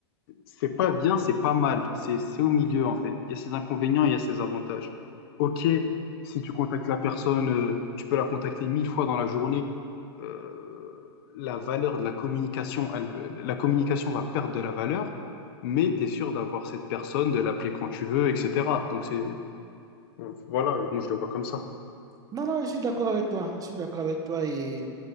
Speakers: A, on the left (about 60°); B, on the right (about 25°).
A: c'est pas bien, c'est pas mal. C'est c'est au milieu, en fait. Il y a ses inconvénients, il y a ses avantages. Ok, si tu contactes la personne, euh, tu peux la contacter mille fois dans la journée. euh, la valeur de la communication, elle- la communication va perdre de la valeur, mais tu es sûr d'avoir cette personne, de l'appeler quand tu veux, etc. Donc, c'est, voilà, moi je le vois comme ça.
B: Non, non, je suis d'accord avec toi. Je suis d'accord avec toi et